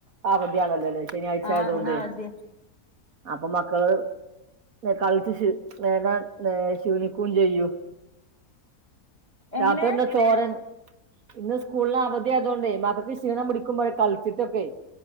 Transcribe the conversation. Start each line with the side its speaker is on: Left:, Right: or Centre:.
Right: അ അവധിയണല്ലോല്ലേ ശനിയാഴ്ച
Left: ആഹ്
Right: ആയതുകൊണ്ട്
Left: ഇന്നവധിയാ
Right: അപ്പൊ മക്കള് കളിച്ച് ഷീ നേകാൻ ഷീണിക്കയും ചെയ്യൂ
Left: എങ്ങനെ
Right: നോത്തൂൻ്റെ ചോരൻ ഇന്ന് സ്കൂളിന് അവധി ആയതൊണ്ടേ മക്കൾക്ക് ക്ഷീണം പിടിക്കുമ്പോഴ കളിച്ചിട്ടൊക്കെ